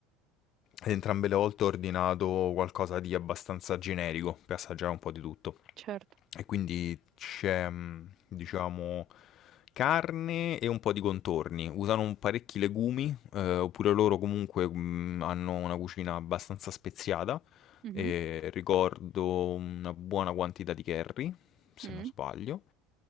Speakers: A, on the left; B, on the right.
A: ed entrambe le volte ho ordinato qualcosa di abbastanza generico per assaggiare un po' di tutto.
B: Certo.
A: E quindi c'è, mh, diciamo, carne e un po' di contorni. Usano un- parecchi legumi, eh, oppure loro comunque mh, hanno una cucina abbastanza speziata.
B: Mhm.
A: E ricordo una buona quantità di curry, se
B: Mm.
A: non sbaglio.